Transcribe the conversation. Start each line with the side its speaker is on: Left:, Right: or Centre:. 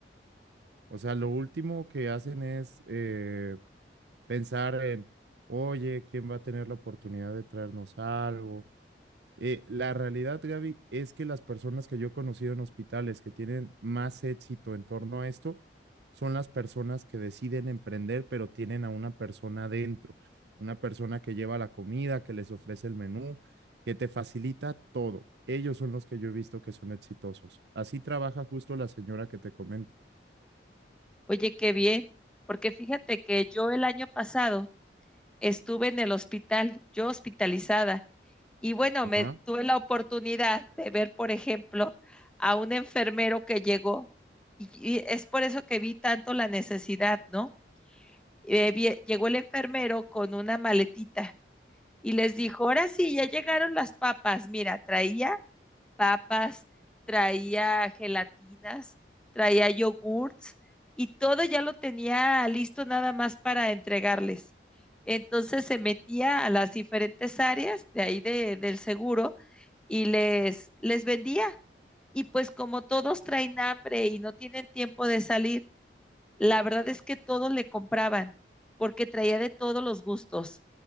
Right: O sea, lo último que hacen es eh, pensar en, oye, ¿quién va a tener la oportunidad de traernos algo? Eh, la realidad, Gaby, es que las personas que yo he conocido en hospitales que tienen más éxito en torno a esto son las personas que deciden emprender, pero tienen a una persona dentro, una persona que lleva la comida, que les ofrece el menú, que te facilita todo. Ellos son los que yo he visto que son exitosos. Así trabaja justo la señora que te comento.
Centre: Oye, qué bien, porque fíjate que yo el año pasado estuve en el hospital, yo hospitalizada, y bueno,
Right: Ajá.
Centre: me tuve la oportunidad de ver, por ejemplo, a un enfermero que llegó, y, y es por eso que vi tanto la necesidad, ¿no? Eh, vie- llegó el enfermero con una maletita y les dijo, ahora sí, ya llegaron las papas, mira, traía papas, traía gelatinas, traía yogurts y todo ya lo tenía listo nada más para entregarles. Entonces se metía a las diferentes áreas de ahí de, del seguro y les, les vendía. Y pues como todos traen hambre y no tienen tiempo de salir, la verdad es que todos le compraban porque traía de todos los gustos,